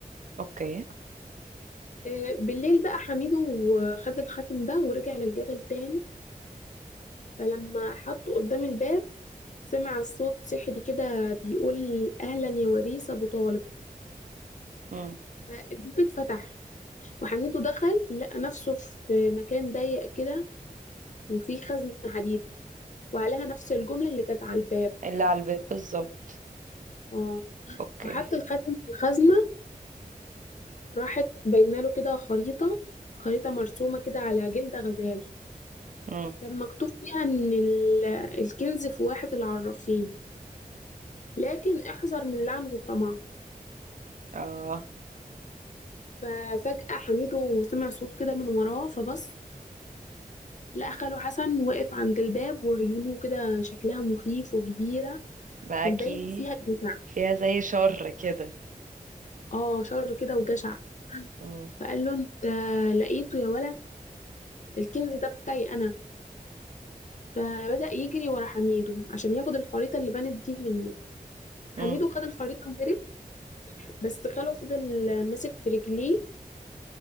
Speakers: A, on the right; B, on the left.
A: اوكي
B: آه، بالليل بقى حميده خد الخاتم ده ورجع للجبل تاني فلما حطه قدام الباب سمع الصوت سحري كده بيقول اهلا يا وريث ابو طالب
A: مم.
B: فالباب اتفتح وحميد دخل لقى نفسه في مكان ضيق كده وفيه خزنة حديد وعليها نفس الجملة اللي كانت على الباب
A: اللي على الباب بالظبط
B: اه
A: اوكي
B: فحط الخاتم في الخزنة راحت باينة له كده خريطة خريطة مرسومة كده على جلد غزال
A: مم.
B: كان مكتوب فيها إن ال- الكنز في واحة العرافين لكن احذر من لعنة الطمع
A: اه
B: ففجأة حميدو سمع صوت كده من وراه فبص لقى خاله حسن واقف عند الباب وعيونه كده شكلها مخيف وكبيرة
A: باكي
B: كان باين فيها الدفاع
A: فيها زي شر كده
B: اه شر كده وجشع
A: مم.
B: فقال له انت لقيته يا ولد الكنز ده بتاعي انا فبدأ يجري ورا حميدو عشان ياخد الخريطة اللي بانت دي منه حميدو
A: مم.
B: خد الخريطة وهرب بس خاله فضل ماسك في رجليه